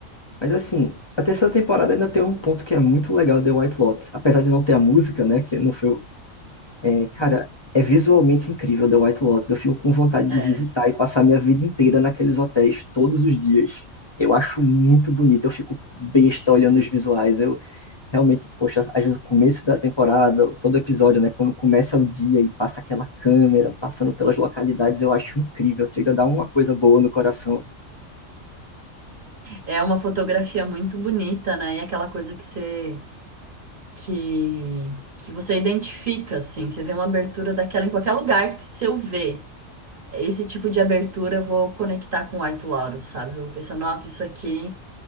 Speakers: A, on the left; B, on the right.
A: Mas assim, a terceira temporada ainda tem um ponto que é muito legal de The White Lotus, apesar de não ter a música, né, que não foi É, cara, é visualmente incrível The White Lotus. Eu fico com vontade
B: É,
A: de visitar e passar minha vida inteira naqueles hotéis todos os dias. Eu acho muito bonito, eu fico besta olhando os visuais. Eu realmente, poxa, às vezes o começo da temporada, todo episódio, né? Quando começa o dia e passa aquela câmera, passando pelas localidades, eu acho incrível. Chega a dar uma coisa boa no coração.
B: é uma fotografia muito bonita, né? E aquela coisa que você que, que você identifica, assim, você vê uma abertura daquela em qualquer lugar que se eu ver esse tipo de abertura, eu vou conectar com White Lotus, sabe? Eu vou pensar, nossa, isso aqui